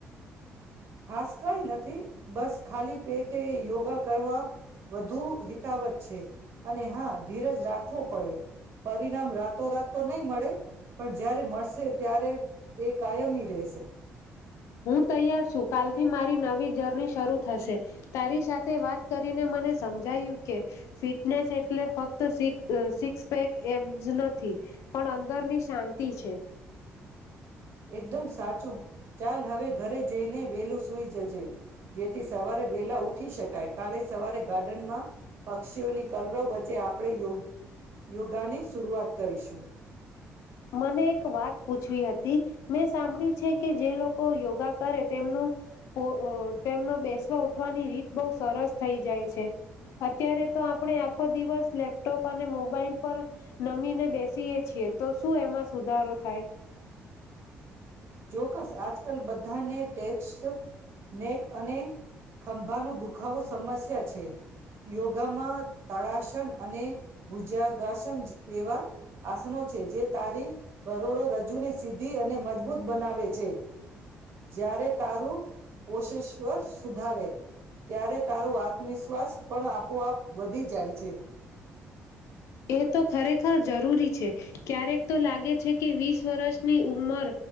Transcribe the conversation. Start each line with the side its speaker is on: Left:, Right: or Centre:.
Right: ખાસ કઈ નથી બસ ખાલી પેટે યોગા કરવા. વધુ હિતાવત્ છે અને હા, ધીરજ રાખવો પડે. પરિણામ રાતો રાત નહી મળે. પણ જયારે મળસે ત્યારે એ કાયમી રહેશે
Left: હું તૈયાર છું. કાલ થી મારી નવી જર્ની શરૂ થશે. તારી સાથે વાત કરીને મને સમજાયું કે ફિટનેસ એટલે ફક્ત સિક સિક્સપેક એબસ નથી. પણ અંદરની શાંતિ છે.
Right: એકદમ સાચું. ચાલ હવે ઘરે જઈને વેલું સુઈ જજે. જેથી સવારે વેલા ઉઠી શકે. કાય, કાલે સવારે ગાર્ડન માં પક્ષીઓની કલરવ વચ ચ્ચે આપણે યોગ યોગા ની સુરૂઆત કરીસુ.
Left: મને એક વાત પૂછવી હતી. મેં સાંભળ્યું છે કે જે લોકો યોગા કરે, તેમનું પો, અ, તેમનું બેસવા ઉઠવાની રીત બહુ સરસ થઈ જાય છે. અત્યારે તો આપણે આખો દિવસ લેપટોપ અને મોબાઈલ પર નમીને બેસીએ છીએ. તો શું એમાં સુધારો થાય?
Right: ચોક્કસ. આજકાલ બધાને ટેક્સ્ટ નેક અને ખંભાનો દુખાવો સમસ સ્યા છે. યોગામાં તાડાશ શન અને ભુજાગાસન જેવા આસનો છે. જે તારી કરોડો રજૂ ને સીધી અને મજબૂત બનાવે છે. જ્યારે તારું પોષેશ્વર સુધારે. ત્યારે તારું આત્મવિશ્વાસ પણ આપોઆપ વધી જાય છે.
Left: એ તો ખરેખર જરૂરી છે. ક્યારેક તો લાગે છે કે વીસ વરસની ઉંમર